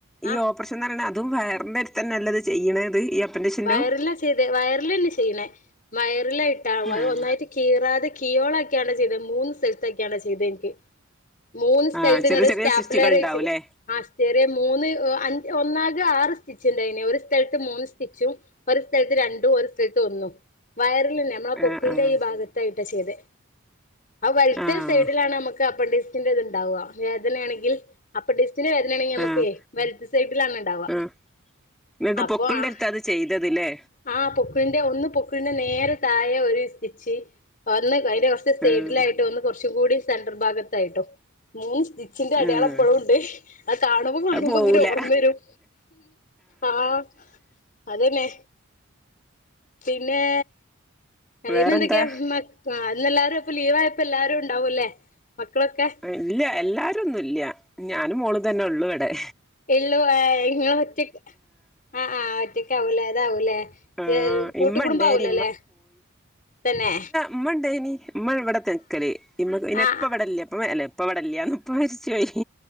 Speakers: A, on the left (about 40°); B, in the centre.
A: ആ
B: ഈ ഓ പ്പറേഷൻന്ന് പറണ അതും വയറിന്റെ അടുത്തന്നല്ലത് ചെയ്യണത് അപ്പൻഡിക്സിന്റെോ
A: വയറിലാ ചെയ്ത് വയറിലന്നെ ചെയ്യണേ വയറിലാ ഇട്ടാവ
B: ആഹ്
A: ഒന്നായിട്ട് കീറാതെ കിയോളാക്കിയാണ്ടാ ചെയ്തത് മൂന്ന് സ്ഥലത്തൊക്കെയാണ്ടാ ചെയ്തെ എനിക്ക് മൂന്ന് സ്ഥലത്ത്
B: ആഹ്
A: ഇങ്ങോട്ട്
B: ചെറിയ ചെറിയ
A: സ്റ്റാപ്ലർ
B: സിസ്റ്റുകൾ
A: വച്ചത്
B: ഉണ്ടാവൂല്ലേ
A: ആ ചെറിയ മൂന്ന് അ ഒന്നാകെ ആറ് സ്റ്റിച്ച് ഉണ്ടായിന് ഒരു സ്ഥലത്ത് മൂന്ന് റ്റിച്ചും ഒരു സ്ഥലത്ത് രണ്ടും ഒരു സ്ഥലത്ത് ഒന്നും വയറൽന്നെ നമ്മള പൊക്കിളിന്റെ
B: ആഹ് ആഹ്
A: ഈ ഭാഗത്തായിട്ട് ട്ട ചെയ്തെ ആ വലത്തെ
B: ആഹ്
A: സൈഡിലാണ് നമുക്ക് അപ്പന്റിസിന്റെ ഇത്ണ്ടാവുക വേദനയാണെങ്കിൽ അപ്പന്റിസിന്റെ വേദന ആണെങ്കി നമുക്കെ
B: ആഹ്
A: വലത്ത് സൈഡിലാണ് ഉണ്ടാവുക
B: ആഹ് എന്നിട്ട്
A: അപ്പൊ
B: പൊക്കിൾന്റടുത്ത
A: ആ
B: അത് ചെയ്തതില്ലേ
A: ആഹ് പൊക്കിളിന്റെ ഒന്ന് പൊ‌ക്കിളിന്റെ നേരെ താഴെ ഒരു സ്റ്റിച്ച് ഒന്ന് അതിന്റെ കൊറ ച്ചു സൈഡിലായിട്ടോ
B: ആഹ്
A: ഒന്ന് കുറച്ചും കൂടി സെൻഡ്രൽ ഭാഗത്തായിട്ടോ മൂന്ന് സ്റ്റി ച്ചിന്റെ അടയാളം
B: ആഹ്
A: ഇപ്പഴുണ്ട് അത് കാണുമ്പൊ കാണുമ്പൊ
B: അത് പോവൂല
A: ഇങ്ങനെ ഓർമ്മ വരും ആഹ് അതന്നെ പിന്നേ അയ്നെന്തൊക്കെയാ
B: വേറെന്താ
A: മ ആഹ് ഇന്ന് എല്ലാരു അപ്പ ലീവായപ്പ എല്ലാരു ഉണ്ടാവൂല്ലേ മക്കളൊക്കെ
B: ഇല്ല എല്ലാരൊന്നും ഇല്ല ഞാനും മോളും തന്നെ ഒള്ളു ഇവടെ
A: <unintelligible> ഇങ്ങള് ഒറ്റക്ക് ആഹ് ആഹ് ഒറ്റയ്ക്കാവൂല്ലേ ഇതാവൂല്ലേ
B: ആഹ്
A: കൂട്ടു
B: ഇമ്മ
A: കുടുംബാവൂലല്ലേ
B: ഇണ്ടേനി
A: തന്നേ
B: ഉമ്മണ്ടയ്നി ഉമ്മ ഇവിടെ തെക്കല് ഇവി ഇനി
A: ആഹ്
B: എപ്പ ഇവിടെല്ലേ ഇപ്പ മേലേ ഇപ്പ ഇവിടില്ല്യാന്ന് ഇപ്പ മരിച്ചു പോയി